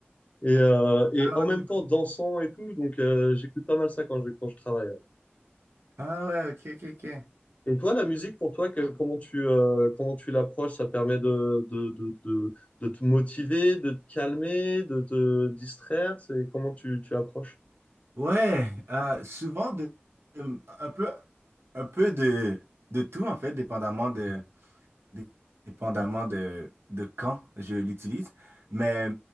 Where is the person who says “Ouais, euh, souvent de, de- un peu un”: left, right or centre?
Right